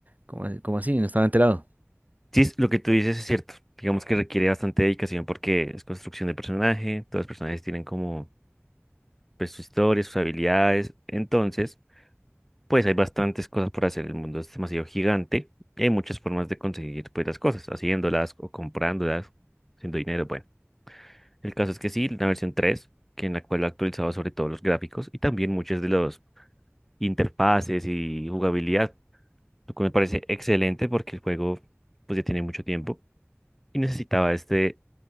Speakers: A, on the right; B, in the centre.
A: ¿Cómo, a- cómo así? No estaba enterado.
B: Sí, es- lo que tú dices es cierto. Digamos que requiere bastante dedicación porque es construcción de personaje, todos los personajes tienen como pues, su historia, sus habilidades. Entonces, pues hay bastantes cosas por hacer. El mundo es demasiado gigante y hay muchas formas de conseguir pues las cosas, haciéndolas o comprándolas, haciendo dinero. Bueno, el caso es que sí, la versión 3, que en la cual ha actualizado sobre todo los gráficos y también muchas de los interfaces y jugabilidad, lo cual me parece excelente porque el juego pues ya tiene mucho tiempo y necesitaba este,